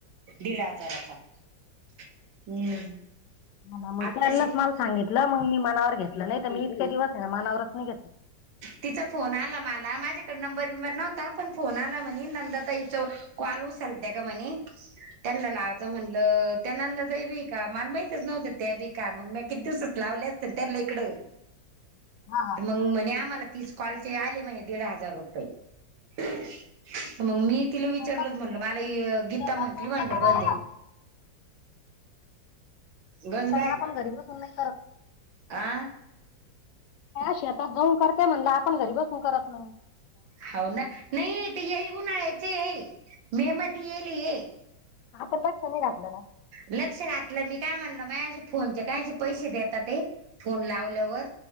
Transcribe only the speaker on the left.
मग
त्यांनाच
मला सांगितलं मग मी मनावर घेतलं नाही तर मी इतके दिवस आहे ना मनावरच नाही घेतले.
हा हा.
शेतात
शेतात
करते
का
बाया
आपण घरी बसून नाही करत.
शेत जाऊन करते म्हणलं आपण घरी बसून करत नाही.
<inaudible>